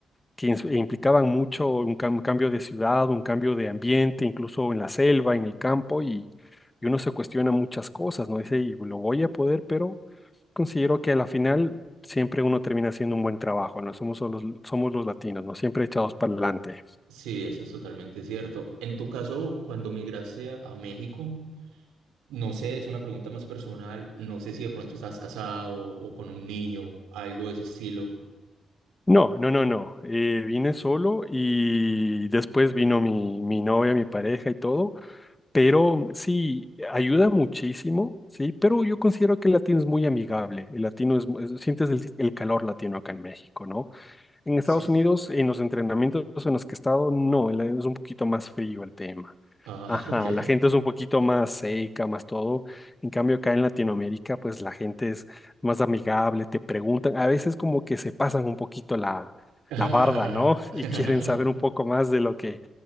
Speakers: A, on the left (about 25°); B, on the right (about 80°).
A: que ins- e implicaban mucho un cam- cambio de ciudad, un cambio de ambiente, incluso en la selva, en el campo, y, y uno se cuestiona muchas cosas, ¿no? Dice, y lo voy a poder, pero considero que a la final siempre uno termina haciendo un buen trabajo, ¿no? Somos los, somos los latinos, ¿no? Siempre echados para adelante.
B: Sí, eso es totalmente cierto. En tu caso, cuando migraste a a México, no sé, es una pregunta más personal, no sé si de pronto estabas casado o con un niño, algo de ese estilo.
A: No, no, no, no. Eh, vine solo y después vino mi, mi novia, mi pareja y todo. Pero sí, ayuda muchísimo, sí, pero yo considero que el latino es muy amigable. El latino es, mu- es- sientes el, el calor latino acá en México, ¿no? En Estados
B: Sí.
A: Unidos, en los entrenamientos en los que he estado, no, el- es un poquito más frío el tema.
B: Ah,
A: Ajá,
B: <laughs> ok.
A: la gente es un poquito más seca, más todo. En cambio, acá en Latinoamérica, pues la gente es más amigable, te preguntan, a veces como que se pasan un poquito la,
B: <laughs>
A: la barda, ¿no? <laughs> Y quieren saber un poco más de lo que,